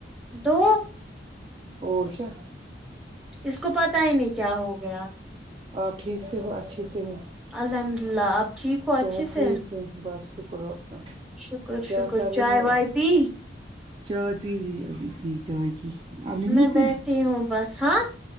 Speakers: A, in the centre; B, on the right.
A: دو
B: اور کیا
A: اس کو پتا ہی نہیں کیا ہو گیا
B: آپ ٹھیک سے ہو اچھے سے ہو
A: الحمد اللہ آپ ٹھیک ہو اچھے
B: صحت
A: سے
B: ٹھیک بس شکر ہو اپ کا
A: شکر
B: کیا
A: شکر
B: کر
A: چائے
B: رہی ہو
A: وائے پی
B: چائے پی لی ابھی پی چائے کی آپ نے نہیں
A: میں
B: پی
A: بیٹھی ہوں بس ہاں